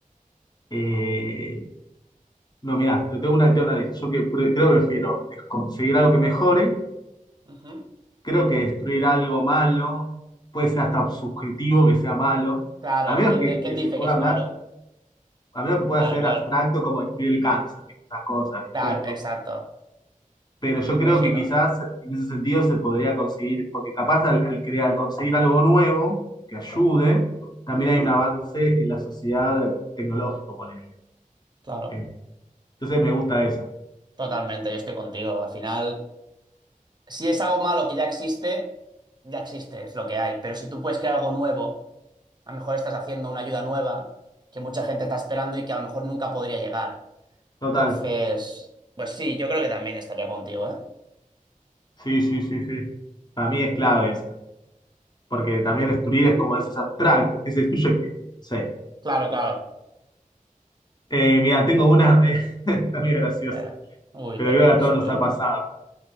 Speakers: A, on the left; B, on the right.
A: eh, No, mirá, te tengo una, te tengo una lista. Yo que pre- creo que prefiero conseguir algo que mejore,
B: Ujú.
A: creo que destruir algo malo, puede ser hasta subjetivo que sea malo,
B: Claro,
A: a menos
B: ¿quién,
A: que,
B: de-
A: que
B: quién
A: se
B: dice
A: pueda
B: que es
A: hablar,
B: malo?
A: a menos que pueda
B: Claro,
A: ser
B: claro.
A: abstracto como destruir el cáncer, esas cosas, ¿viste?
B: Claro, exacto.
A: Pero yo creo
B: Pero si
A: que
B: no.
A: quizás en ese sentido se podría conseguir, porque capaz al, al crear, al conseguir algo nuevo que ayude, también
B: Ujú,
A: hay un avance en la sociedad tecnológico, ponele.
B: Claro,
A: Eh, Entonces me gusta esa.
B: totalmente, yo estoy contigo. Al final. Si es algo malo que ya existe, ya existe, es lo que hay. Pero si tú puedes crear algo nuevo, a lo mejor estás haciendo una ayuda nueva que mucha gente está esperando y que a lo mejor nunca podría llegar.
A: Total.
B: Entonces, pues sí, yo creo que también estaría contigo, ¿eh?
A: Sí, sí, sí, sí. Para mí es clave esa, porque también destruir es como esos abstractos, que se destruye que, no sé.
B: Claro, claro.
A: Eh, mira, tengo una, <laughs> está muy graciosa,
B: Ver. Uy,
A: pero
B: te
A: creo
B: ríes,
A: que a todos nos
B: cuidado.
A: ha pasado.